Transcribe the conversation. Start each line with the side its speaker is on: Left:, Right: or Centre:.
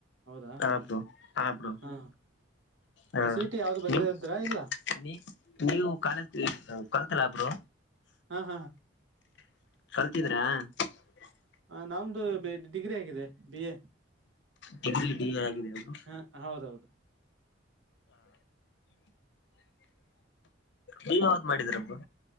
Right: ಹೌದಾ
Left: ಹಾಂ ಬ್ರೊ ಹಾಂ ಬ್ರೋ
Right: ಹಾ
Left: ಹಾ
Right: ಸಿ ಟಿ ಯಾವ್ದು ಬರೆದಿದ್ರಾ
Left: ನಿಮ್
Right: ಇಲ್ಲ
Left: ನೀ ನೀವು ಕಾಲ <unintelligible> ಬ್ರೊ
Right: ಹಾ ಹಾ ಹಾಂ
Left: <unintelligible>
Right: ಹ ನಮ್ದು ಬೇ ಡಿಗ್ರಿ ಆಗಿದೆ ಬಿ. ಎ
Left: ಡಿಗ್ರಿ ಡಿ ಆಗಿದೆ ಬ್ರೋ
Right: ಹಾ ಹೌದೌದು
Left: ನೀವ ಯಾವದ್ ಮಾಡಿದಿರ ಬ್ರೊ